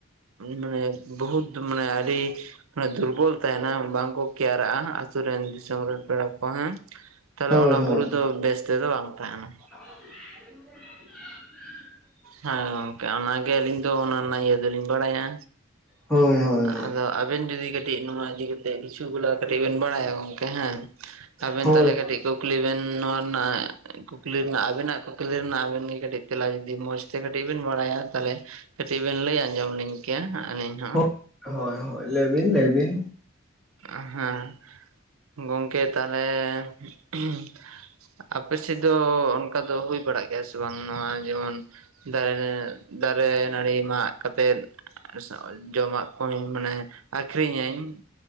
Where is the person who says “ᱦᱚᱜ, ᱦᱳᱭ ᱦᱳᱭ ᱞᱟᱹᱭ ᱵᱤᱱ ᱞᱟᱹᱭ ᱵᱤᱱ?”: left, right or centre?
Centre